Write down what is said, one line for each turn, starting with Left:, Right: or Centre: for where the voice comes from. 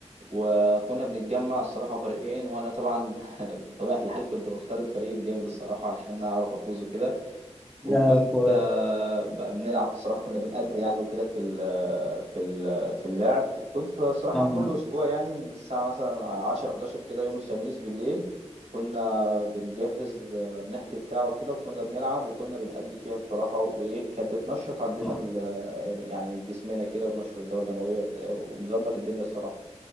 Right: وكنا بنتجمع الصراحه فريقين وانا طبعا <laughs> بطبيعه الحال كنت بختار الفريق الجامد الصراحه عشان اعرف افوز وكده وكنت
Centre: نلعب كورة
Right: آه، بقى بنلعب الصراحه كنا بنأدي يعني وكده في ال آه، في ال آه، في اللعب وكنت الصراحه
Centre: اه
Right: كل اسبوع يعني من الساعه مثلا 10 11 كده يوم الخميس بالليل كنا بنجهز آه، بنحجز ساعه وكده وكنا بنلعب وكنا بنأدي فيها بصراحه وايه كانت بتنشط عندنا
Centre: آه.
Right: ال- آه، يعني جسمنا كده وتنشط الدوره الدمويه بتاع- ومظبط الدنيا الصراحه